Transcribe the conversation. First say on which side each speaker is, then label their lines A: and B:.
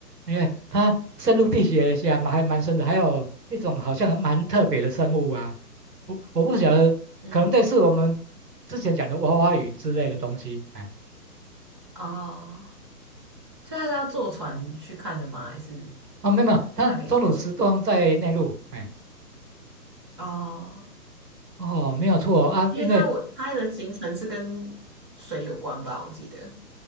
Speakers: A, on the right; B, on the right.
A: 因为它深入地学下嘛，还蛮深的，还有一种好像蛮特别的生物啊，我我不晓得，
B: 嗯，
A: 可能类似我们之前讲的娃娃鱼之类的东西，哎。
B: 哦，所以他是要坐船去看的吗？还是
A: 哦，没有没有，它中乳石洞在内陆，
B: 他可以直接走？
A: 哎，
B: 哦，
A: 哦，没有错哦啊，
B: 因为他我他的行程是跟水有关吧，
A: 因为
B: 我记得。